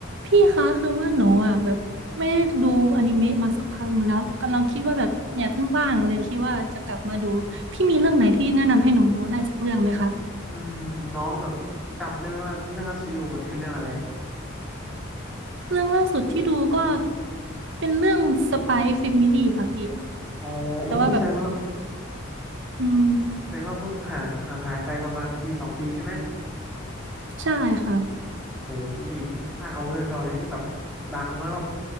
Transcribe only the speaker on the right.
พี่คะคือว่าหนูอ่ะแบบไม่ได้ดูอนิเมะมาสักพักหนึงแล้วกำลังคิดว่าแบบเนี่ยเพิ่งว่างเลยคิดว่าจะกลับมาดูพี่มีเรื่องไหนที่แนะนำให้หนูดูได้สักเรื่องไหมคะ
เรื่องล่าสุดที่ดูก็เป็นเรื่องสป y ยแฟมิลี่ค่ะพี่
แต่ว่าแบบ
อืมใช่ค่ะ